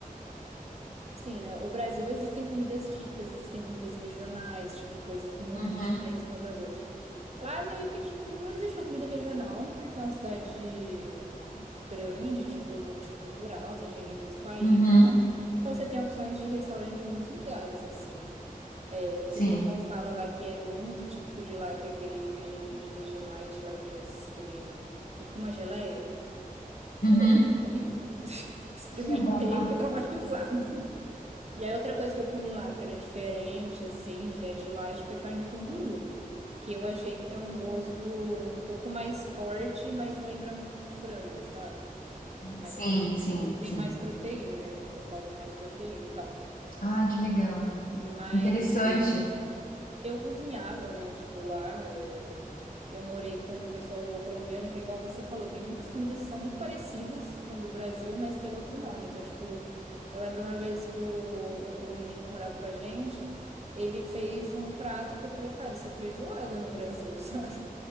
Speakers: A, on the right; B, on the left.
A: sim, né, o Brasil existem comidas típicas, existem comidas regionais, tipo, coisas muito
B: Uhum,
A: diferentes umas das outras. Lá meio que, tipo, não existe uma comida regional, porque é uma cidade grande, tipo, multicultural, tem gente de muitos países
B: uhum,
A: e tal. Então você tem opções de restaurante de muitos lugares, assim. É, o
B: sim.
A: que o pessoal fala lá que é muito típico de lá, que é aquele Vegem- Vegemite lá, aqueles, aquele, que é tipo uma geleia.
B: Uhum.
A: Ruim, horrível. <laughs> Experimentei,
B: <laughs>
A: fiquei traumatizada. E aí outra coisa que eu comi lá, que era diferente, assim, que é de lá, é de carne de canguru. Que eu achei que tem um gosto um pouco mais forte, mas lembra muito frango, sabe? Mas
B: Sim,
A: também.
B: sim,
A: E tem
B: sim.
A: mais proteína, né? A pessoa fala que tem mais proteína e tal.
B: Ai, que legal.
A: Mas
B: Interessante.
A: eu cozinhava, né? Tipo, lá eh, eu morei com um pessoal colombiano que é igual você falou. Tem muitas comidas que são muito parecidas com o do Brasil, mas tem outro nome. Então, tipo, eu lembro uma vez que o, um, um menino que morava com a gente, ele fez um prato que eu falei, cara, isso é feijoada no Brasil, <laughs> sabe?